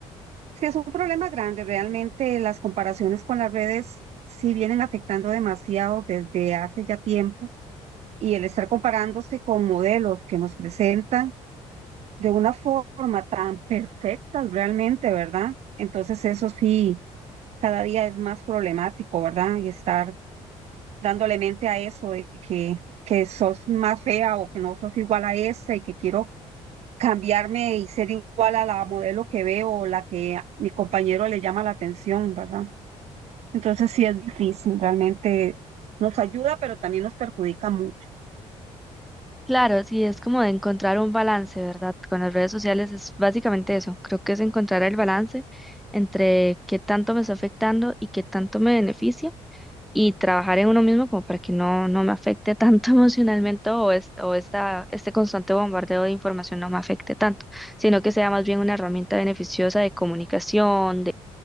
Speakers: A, on the right; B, in the centre.
A: Sí, es un problema grande, realmente las comparaciones con las redes sí vienen afectando demasiado desde hace ya tiempo, y el estar comparándose con modelos que nos presentan de una forma tan perfecta realmente, ¿verdad? Entonces eso sí, cada día es más problemático, ¿verdad? Y estar dándole mente a eso de que, que sos más fea o que no sos igual a esa y que quiero cambiarme y ser igual a la modelo que veo o la que a mi compañero le llama la atención, ¿verdad? Entonces sí es difícil, realmente nos ayuda, pero también nos perjudica mucho.
B: Claro, sí, es como de encontrar un balance, ¿verdad? Con las redes sociales es básicamente eso. Creo que es encontrar el balance entre qué tanto me está afectando y qué tanto me beneficia y trabajar en uno mismo como para que no, no me afecte tanto <laughs> emocionalmente o, es- o esta, este constante bombardeo de información no me afecte tanto, sino que sea más bien una herramienta beneficiosa de comunicación,